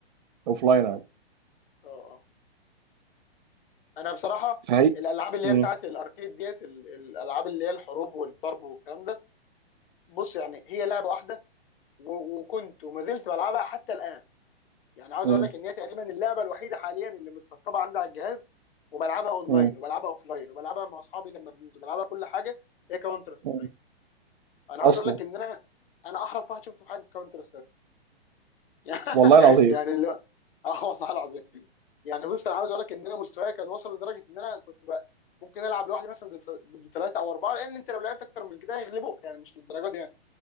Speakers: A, on the right; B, on the left.
A: اوف لاين عادي
B: اه اه انا بصراحه
A: فهي
B: الالعاب اللي
A: مم.
B: هي بتاعت الاركيد ديت ال- الالعاب اللي هي الحروب والضرب والكلام ده بص يعني هي لعبه واحده و- وكنت وما زلت بلعبها حتى الان يعني عاوز
A: مم.
B: اقول لك ان هي تقريبا اللعبه الوحيده حاليا اللي متسطبه عندي على الجهاز وبلعبها اونلاين
A: مم.
B: وبلعبها اوفلاين وبلعبها مع اصحابي لما بننزل بلعبها كل حاجه هي كاونتر سترايك
A: مم.
B: انا
A: اصلا
B: عاوز اقول لك ان انا انا احرف واحد شفته في حياتي في كاونتر <laughs>
A: والله العظيم
B: يعني اللي هو اه والله العظيم يعني بص انا عاوز اقول لك ان انا مستواي كان وصل لدرجه ان انا كنت بقى ممكن العب لوحدي مثلا ضد ضد ثلاثه او اربعه لان انت لو لعبت اكتر من كده هيغلبوك يعني مش للدرجه دي يعني